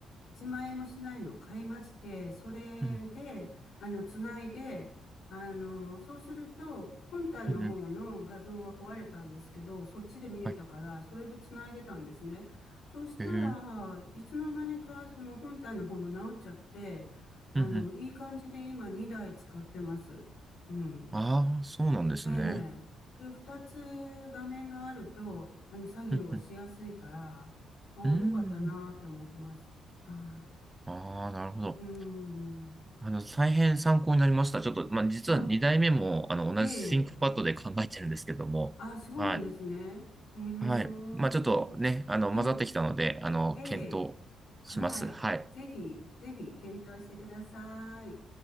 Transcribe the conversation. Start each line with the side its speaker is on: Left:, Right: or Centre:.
Left: 1万円もしないのを買いまして、それで、
Right: うん
Left: あの、つないで、あの、そうすると、本体の方の画像が壊れたんですけど、
Right: うん。うんうん
Left: そっちで見れたから、
Right: はい。
Left: それでつないでたんですね。そしたら、
Right: へえ。うん
Left: いつの間にか、その本体の方も直っちゃって、あの、
Right: うん。
Left: いい感じで今2台使ってます。うん。
Right: ああ、そうなんですね。
Left: ええ。で、2つ画面があると、あの、作業がしやすいから、
Right: うんうん
Left: ああ、
Right: うん
Left: よかったなーって思ってます。はい。
Right: ああー、なるほど。
Left: うーん。
Right: あの、大変参考になりました。ちょっと、まあ、実は2代目も、
Left: あ、
Right: あの、同じ
Left: ええ。
Right: ThinkPad で考えてるんですけども、
Left: あ、そうなんですね。
Right: はい。
Left: うーん。
Right: はい。まあ、ちょっとね、あの、
Left: ええ、
Right: 混ざってきたので、あの、
Left: ええ。
Right: 検討します。
Left: はい。
Right: はい。
Left: ぜひ、ぜひ、検討してください。